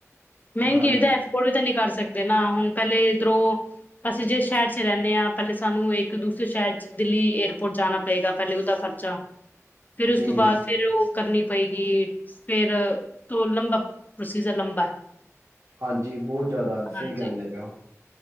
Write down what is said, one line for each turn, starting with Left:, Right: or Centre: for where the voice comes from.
Left: ਮਹਿੰਗੀ
Right: ਹਾਂਜੀ
Left: ਹੈ ਤਾਂ ਐਫੋਰਡ ਵੀ ਤਾਂ ਨਹੀਂ ਕਰ ਸਕਦੇ ਨਾ ਹੁਣ ਪਹਿਲੇ ਰੋਂ ਅਸੀਂ ਜਿਸ ਸ਼ਹਿਰ ਚ ਰਹਿਨੇ ਹਾਂ ਪਹਿਲੇ ਸਾਨੂੰ ਇੱਕ ਦੂਸਰੇ ਸ਼ਹਿਰ ਦਿੱਲੀ ਏਅਰਪੋਰਟ ਜਾਣਾ ਪਏਗਾ ਪਹਿਲੇ ਉਹਦਾ ਖਰਚਾ ਫਿਰ ਉਸ
Right: ਜੀ
Left: ਤੋਂ ਬਾਅਦ ਫਿਰ ਉਹ ਕਰਨੀ ਪਏਗੀ ਫਿਰ ਤੋ ਲੰਬਾ ਪ੍ਰੋਸੀਜ਼ਰ ਲੰਬਾ ਹੈ
Right: ਹਾਂਜੀ ਬਹੁਤ ਜ਼ਿਆਦਾ
Left: ਹਾਂਜੀ
Right: ਸਹੀ ਕਹਿੰਦੇ ਪਏ ਹੋ